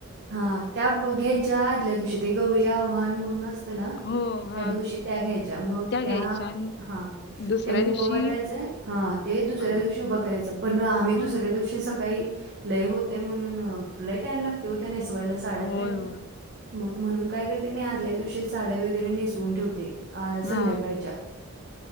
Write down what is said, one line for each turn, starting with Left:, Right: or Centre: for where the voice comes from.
Right: हा त्या घ्यायच्या आदल्या दिवशी ते गौरी आव्हान म्हणून अस त्या
Left: हो हा
Right: दिवशी त्या घ्यायच्या मग त्या
Left: घ्यायच्या आणि
Right: हा
Left: दुसऱ्या
Right: ते मुक
Left: दिवशी
Right: वाटायचंय हा ते दुसऱ्या
Left: अ
Right: दिवशी उभा करायचं पण आम्ही
Left: हा
Right: दुसऱ्या दिवशी सकाळी लय होतय म्हणून आप टाम लागते होत नेसवायला साड्यात
Left: होय होय.
Right: मग म्हणून काय करते मी आदल्या दिवशी वगरे नेसवून ठेवते
Left: हा
Right: संध्याकाळच्या